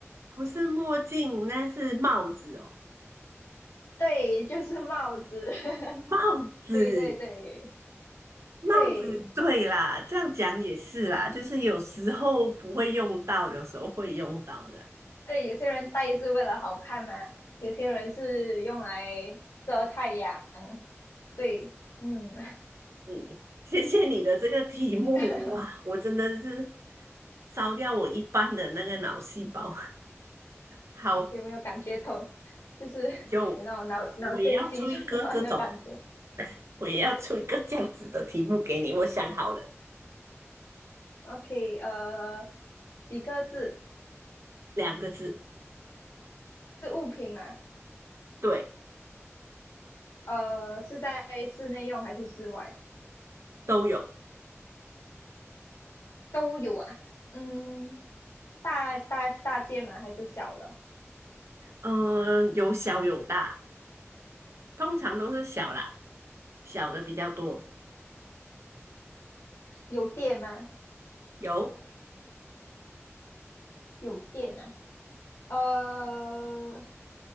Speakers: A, on the right; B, on the left.
A: 不是墨镜，那是帽子哦，
B: 对，就是帽子。<laughs>
A: 帽子，
B: 对对对
A: 帽子，
B: 对
A: 对啦，这样讲也是啦，就是有时候不会用到，有时候会用到的，
B: 对，有些人戴是为了好看嘛，有些人是用来遮太阳。对，嗯。
A: 嗯，谢谢你的这个题目，
B: <laughs>
A: 哇，我真的是烧掉我一半的那个脑细胞，好，
B: 有没有感觉头，<laughs> 就是有那种脑脑筋急转弯的感觉
A: 有，我也要做一个这种。我也要出一个这样子的题目给你。我想好了，
B: ？OK，呃，几个字
A: 两个字，
B: 是物品吗？
A: 对，
B: 呃，是在室内用还是室外？
A: 都有。
B: 都有啊。嗯，大大大件吗？还是小的？
A: 嗯、呃有小有大，通常都是小啦，小的比较多。
B: 有电吗？
A: 有，
B: 有电啊。呃，